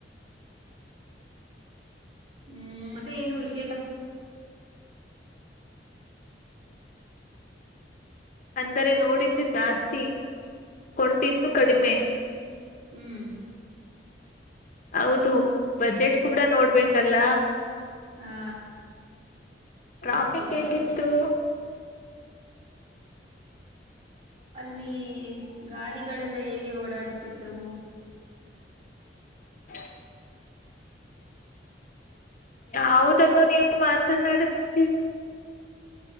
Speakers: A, on the right; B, on the left.
A: ಹ್ಮ್ ಮತ್ತೆ ಏನು ವಿಶೇಷ.
B: ಅಂದರೆ ನೋಡಿದ್ದು ಜಾಸ್ತಿ ಕೊಂಡಿದ್ದು ಕಡಿಮೆ.
A: ಹ್ಮ್.
B: ಹೌದು ಬಜೆಟ್ ಕೂಡ ನೋಡ್ಬೇಕಲ್ಲ.
A: ಹಾ.
B: ಟ್ರಾಫಿಕ್
A: ಓಕೆ
B: ಹೇಗಿತ್ತು.
A: ಅಲ್ಲಿ ಗಾಡಿಗಳೆಲ್ಲ ಹೇಗೆ ಓಡಾಡುತ್ತಿದ್ದವು.
B: <inaudible> ಯಾವುದನ್ನು ನೀವು ಮಾತನಾಡುತ್ತಿದ್ದೀರಿ.